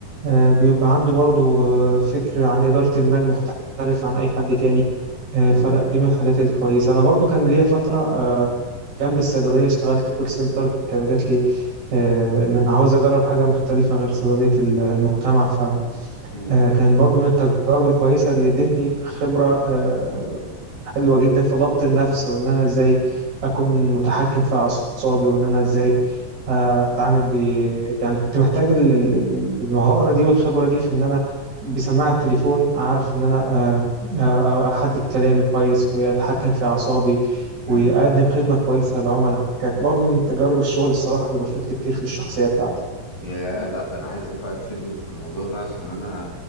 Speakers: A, on the right; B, on the left.
A: آه،
B: مم.
A: بيبقى عنده برضو آه، فكر عن إدارة المال مختلف عن أي حد تاني آه،
B: مم.
A: فلا دي من الحاجات الكويسة أنا برضو كان ليا فترة آه، جنب الصيدلية اشتغلت كول سنتر كان جات لي آه،
B: مم.
A: إن أنا عاوز أجرب حاجة مختلفة غير صيدلية المجتمع
B: مم.
A: آه، كانت برضو من التجارب الكويسة اللي ادتني خبرة آه، حلوة جدا في ضبط النفس وإن أنا إزاي أكون متحكم في أعصابي وإن أنا إزاي آه، أتعامل ب يعني كنت محتاج ال- ال- ال- المهارة دي والخبرة دي في إن أنا بسماعة التليفون أعرف إن أنا آه، آه، أحدد كلامي كويس وأتحكم في أعصابي وأقدم
B: مم.
A: خدمة كويسة للعملاء كانت برضو من تجارب الشغل الصراحة اللي ضافت لي كتير في الشخصية بتاعتي
B: يا لا ده انا عايزك بقى تفيدني في الموضوع ده عشان انا